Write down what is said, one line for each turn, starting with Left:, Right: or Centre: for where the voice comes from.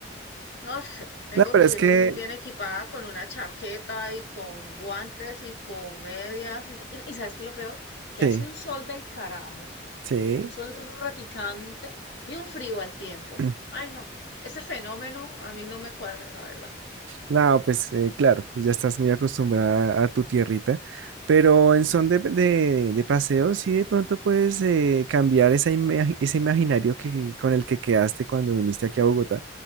Left: No sé, tengo
Right: no, pero
Left: que
Right: es
Left: irme
Right: que,
Left: muy bien equipada con una chaqueta y con guantes y con medias. Y, y- y ¿sabes qué es lo peor? Que
Right: sí,
Left: hace un sol del carajo,
Right: sí.
Left: un sol repicante y un frío al tiempo.
Right: <clears throat>
Left: Ay, no, ese fenómeno a mí no me cuadra, la verdad.
Right: No, pues eh, claro, pues ya estás muy acostumbrada a tu tierrita, pero en son de, de, de paseo, sí de pronto puedes eh, cambiar esa ima- ese imaginario que, con el que quedaste cuando viniste aquí a Bogotá,